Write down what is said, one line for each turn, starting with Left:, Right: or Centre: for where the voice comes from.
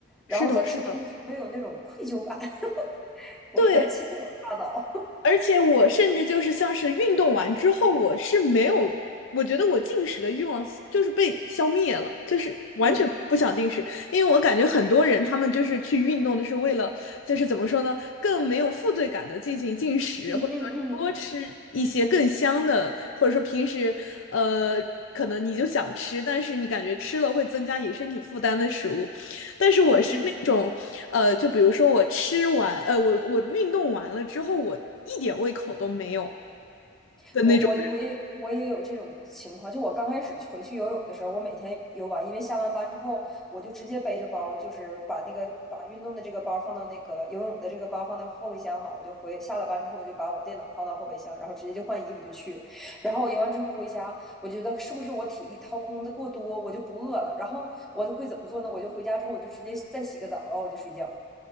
Left: 是的，
Centre: 然后再吃东西就没有那种愧疚感，
Left: 是的，嗯
Centre: <laughs> 我是在欺骗我的大脑。
Left: 对，而且我甚至就是像是运动完之后，我是没有，我觉得我进食的欲望就是被消灭了，就是完全不想进食，
Centre: 嗯
Left: 因为我感觉很多人他们就是去运动，就是为了就是怎么说呢，更没有负罪感的进行进食，
Centre: 嗯嗯嗯
Left: 或者说多吃一些更香的，或者说平时呃可能你就想吃，但是你感觉吃了会增加你身体负担的食物，但是我是那种，
Centre: 嗯嗯，
Left: 呃，就比如说我吃完，呃，我我运动完了之后，我一点胃口都没有的那种人。
Centre: 我我我也我也有这种情况，就我刚开始回去游泳的时候，我每天游完，因为下完班之后，我就直接背着包，就是把那个把运动的这个包放到那个游泳的这个包放到后备箱嘛，我就回下了班之后，我就把我电脑放到后备箱，然后直接就换衣服就去，然后我游完之后回家，我觉得是不是我体力掏空的过多，我就不饿了，然后我会怎么做呢？我就回家之后我就直接再洗个澡，然后我就睡觉。